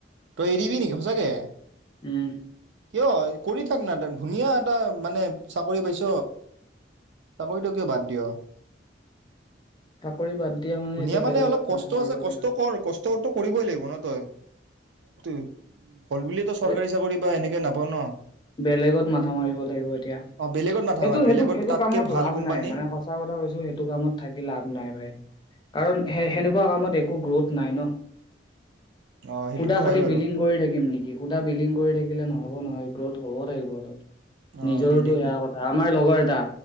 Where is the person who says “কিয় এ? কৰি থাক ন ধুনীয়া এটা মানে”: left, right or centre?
Right